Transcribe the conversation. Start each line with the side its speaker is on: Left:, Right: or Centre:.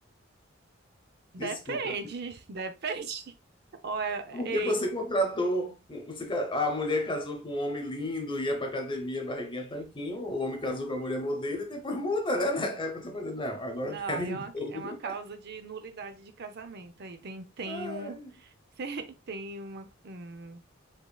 Right: Depende,
Left: Desculpe.
Right: <laughs> depende. Olha,
Left: Porque
Right: ei,
Left: você contratou, um, você, ca- a mulher casou com um homem lindo, ia pra academia, barriguinha, tanquinho, o homem casou com a mulher modelo e depois muda, né? <laughs> né? Aí a pessoa fazendo, não, agora
Right: não,
Left: eu quero
Right: aí
Left: em
Right: é uma,
Left: dobro.
Right: é uma causa de nulidade de casamento aí. Tem, tem
Left: Ai.
Right: um, <laughs> tem tem uma, um,